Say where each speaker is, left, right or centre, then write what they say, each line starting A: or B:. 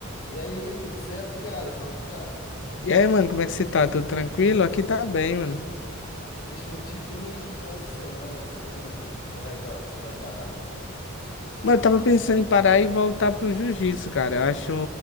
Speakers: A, on the left; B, on the left.
A: E aí, tudo certo, cara? Como é que tá?
B: E aí, mano, como é que você tá? Tudo tranquilo? Aqui tá bem, mano.
A: Bicho, eu não te vi no judô essa semana. Você não, você vai dar, você vai parar?
B: Mano, eu tava pensando em parar e voltar pro jiu-jitsu, cara. Eu acho